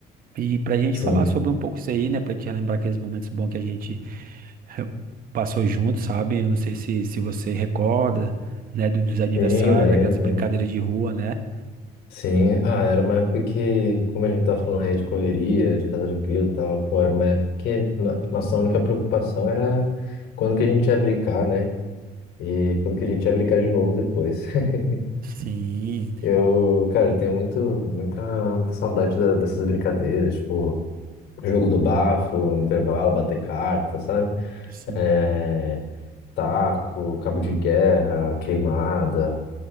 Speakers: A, on the right (about 60°); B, on the left (about 70°).
A: e para a gente
B: sim,
A: falar sobre um pouco isso aí, né? Para te relembrar aqueles momentos bons que a gente eh, passou junto, sabe? Eu não sei se, se você recorda, né? do- Dos aniversários,
B: sim, lembro,
A: daquelas brincadeiras
B: lembro.
A: de rua, né?
B: Sim, ah, era uma época que, como a gente tá falando aí de correria, de estar tranquilo e tal, pô, era uma época que no- nossa única preocupação era quando que a gente ia brincar, né? E quando que a gente ia brincar de novo depois. <laughs>
A: Sim,
B: Eu, cara, eu tenho muito, muita, muita saudade da- dessas brincadeiras, tipo... Jogo do bafo, no intervalo, bater carta, sabe?
A: sim.
B: É, taco,
A: hum,
B: cabo de guerra, queimada,